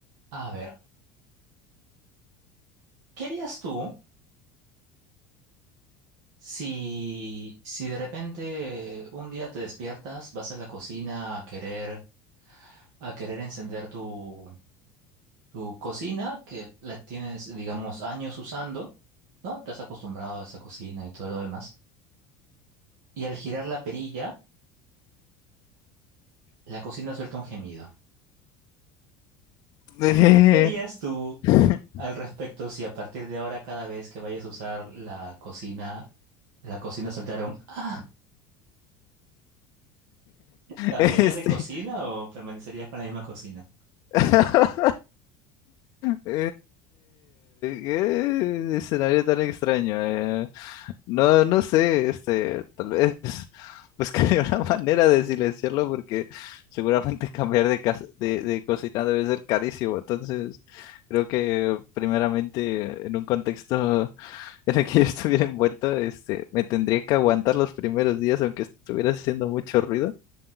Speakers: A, on the right; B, on the left.
A: A ver, ¿qué harías tú? Si, si de repente un día te despiertas, vas a la cocina a querer, a querer encender tu, tu cocina, que la tienes, digamos, años usando, ¿no? Te has acostumbrado a esa cocina y todo lo demás. Y al girar la perilla, la cocina suelta un gemido.
B: Eh,
A: ¿Qué harías tú
B: <laughs>
A: al respecto si a partir de ahora, cada vez que vayas a usar la cocina, la cocina soltara un ¡Ah! ¿Cambiarías
B: Este,
A: de cocina o permanecerías con la misma cocina?
B: <laughs> este, qué escenario tan extraño. Eh, No, no sé, este, tal vez buscaré <laughs> una manera de silenciarlo porque seguramente <laughs> cambiar de, cas- de, de cocina debe ser carísimo. Entonces, creo que primeramente en un contexto <laughs> en el que yo estuviera envuelto, este, me tendría que aguantar los primeros días aunque estuviera haciendo mucho ruido.